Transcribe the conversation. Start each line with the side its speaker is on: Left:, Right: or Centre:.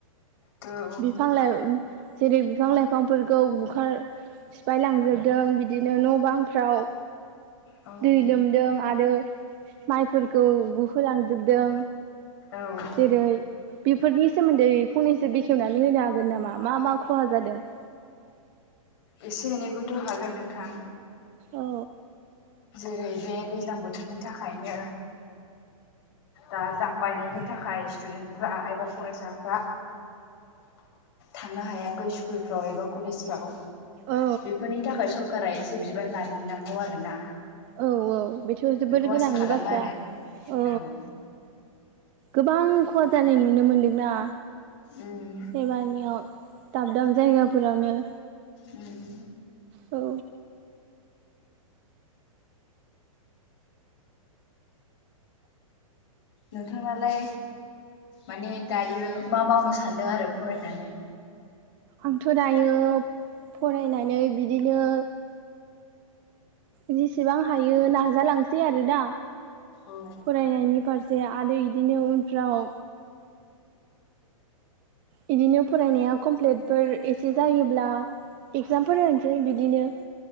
Left: दौ <unintelligible>
Right: बिफां लाइ जेरै बिफां लाइफांफोरखौ बुखार सिफाय लांजोबदों बिदिनो न' बांफ्राव
Left: औ।
Right: दै लोमदों आरो माइफोरखौ गुहोलांजोबदों।
Left: औ
Right: जेरै बेफोरनि सोमोन्दै फंनैसो बेखेवनानै होनो हागोन नामा मा मा खहा जादों? <inaudible>
Left: एसे एनैखौथ' हागोन नोंथां।
Right: औ।
Left: जेरै बे दैज्लां बोथोरनि थाखायनो दालां बायनायनि थाखाय स्टुडेन्टफ्रा एबा फरायसाफ्रा थांनो हायाखै स्कुलफ्राव एबा कलेजफ्राव
Right: औ
Left: बेफोरनि थाखाय सरखारा एसे बिबान लानो नांगौ आरोना
Right: औ औ बेथ' जोबोर
Left: बेखौ
Right: गोनांनि
Left: आसा खालामो
Right: बाथ्रा
Left: आरो आङो
Right: औ गोबां खहा जानाय नुनो मोनदोंना
Left: उम
Right: एबानियाव। दाब दाब जायगाफोरावनो।
Left: उम उम
Right: औ
Left: नोंथाङालाय माने दायो मा मावनो सान्दों आरो फरायनानै
Right: आंथ' दायो फरायनानै बिदिनो। जेसेबां हायो नाजालांसै आरोना
Left: औ
Right: फरायनायनि फारसे। आरो बिदिनो उनफ्राव बिदिनो फरायनाया कमप्लिटफोर एसे जायोब्ला एगजामफोर होनोसै बिदिनो।